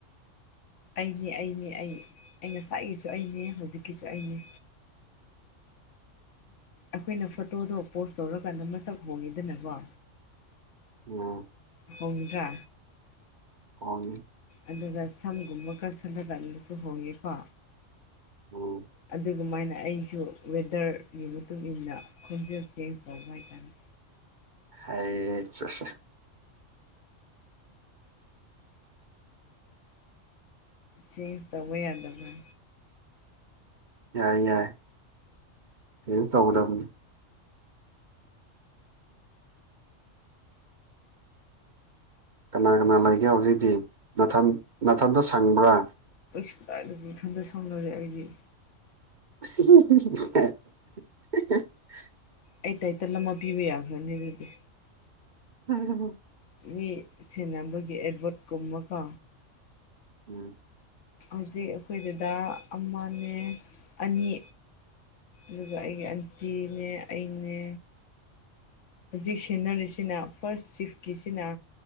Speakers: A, on the left; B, on the right.
A: ꯑꯩꯅꯦ ꯑꯩꯅꯦ ꯑꯩ ꯑꯩ ꯉꯁꯥꯒꯤꯁꯨ ꯑꯩꯅꯦ ꯍꯧꯖꯤꯛꯀꯤꯁꯨ ꯑꯩꯅꯦ ꯑꯩꯈꯣꯏꯅ ꯐꯣꯇꯣꯗꯣ ꯄꯣꯁ ꯇꯧꯔꯀꯥꯟꯗ ꯃꯁꯛ ꯍꯣꯡꯉꯤꯗꯅꯀꯣ
B: ꯎꯝ
A: ꯍꯧꯡꯗ꯭ꯔꯥ
B: ꯍꯣꯡꯉꯤ
A: ꯑꯗꯨꯒ ꯁꯝꯒꯨꯝꯕ ꯀꯛꯊꯠꯂ ꯀꯥꯟꯗꯁꯨ ꯍꯣꯡꯉꯤꯀꯣ
B: ꯎꯝ
A: ꯑꯗꯨꯒꯨꯃꯥꯏꯅ ꯑꯩꯁꯨ ꯋꯦꯗꯔꯒꯤ ꯃꯇꯨꯡꯏꯟꯅ ꯈꯣꯟꯖꯦꯜ ꯆꯦꯟꯖ ꯇꯧꯕ ꯍꯥꯏꯇꯥꯔꯦ
B: ꯍꯦ ꯆꯠꯁꯦ
A: ꯆꯦꯟꯖ ꯇꯧꯕ ꯌꯥꯗꯕ꯭ꯔꯥ
B: ꯌꯥꯏ ꯌꯥꯏ ꯆꯦꯟꯖ ꯇꯧꯒꯗꯕꯅꯤ ꯀꯅꯥ ꯀꯅꯥ ꯂꯩꯒꯦ ꯍꯧꯖꯤꯛꯇꯤ ꯅꯥꯊꯟ ꯅꯥꯊꯟꯇ ꯁꯪꯕ꯭ꯔꯥ
A: ꯀꯩꯁꯨ ꯀꯥꯏꯗ ꯏꯊꯟꯇ ꯁꯥꯎꯅꯔꯦ ꯑꯩꯒꯤ
B: ꯍꯥ ꯍꯥ ꯍꯥ ꯍꯥ
A: ꯑꯩ ꯇꯥꯏꯇꯜ ꯑꯃ ꯄꯤꯕ ꯌꯥꯈ꯭ꯔꯅꯤ ꯑꯗꯨꯗꯤ
B: ꯍꯥ ꯍꯥ ꯍꯥ
A: ꯃꯤ ꯁꯦꯟꯅꯕꯒꯤ ꯑꯦꯗꯚꯣꯠꯀꯨꯝꯕꯀꯣ
B: ꯎꯝ
A: ꯍꯧꯖꯤꯛ ꯑꯩꯈꯣꯏ ꯗꯥꯗꯥ ꯑꯃꯅꯦ ꯑꯅꯤ ꯑꯗꯨꯒ ꯑꯩꯒꯤ ꯑꯟꯇꯤꯅꯦ ꯑꯩꯅꯦ ꯍꯧꯖꯤꯛ ꯁꯦꯟꯅꯔꯤꯁꯤꯅ ꯐꯥꯔꯁ ꯁꯤꯐꯀꯤꯁꯤꯅ